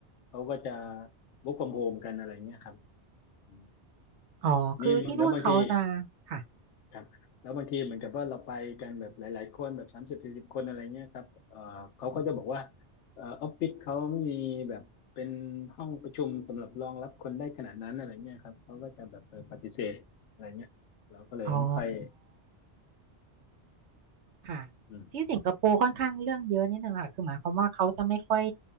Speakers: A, on the left; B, on the right.
A: เขาก็จะ work from home กันอะไรเงี้ยครับอืม
B: อ๋อคือที่นู่นเขาจะ
A: ทีนี้แล้วบางที
B: ค่ะ
A: ครับแล้วบางทีเหมือนกับว่าเราไปกันแบบหลายๆคนแบบสามสิบสี่สิบคนอะไรเงี้ยครับเอ่อเขาก็จะบอกว่าเอ่อออฟฟิศเขาไม่มีแบบเป็นห้องประชุมสำหรับรองรับคนได้ขนาดนั้นอะไรเงี้ยครับเขาก็จะแบบเออปฏิเสธอะไรเงี้ยเราก็เลยไม่ค่อย
B: อ๋อ ค่ะ
A: อืม
B: ที่สิงคโปร์ค่อนข้างเรื่องเยอะนิดนึงค่ะคือหมายความว่าเขาจะไม่ค่อย